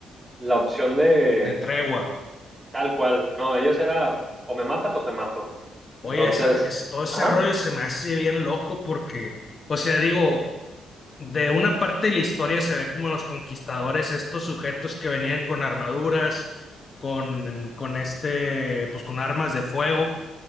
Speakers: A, on the right (about 20°); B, on the left (about 40°).
A: la opción de
B: de tregua.
A: tal cual. No, ellos era o me matas o te mato.
B: Oye,
A: Entonces,
B: esa, es, todo ese
A: ajá,
B: rollo se me hace bien loco porque, o sea, digo, de una parte de la historia se ve como los conquistadores, estos sujetos que venían con armaduras, con, con este, pues con armas de fuego,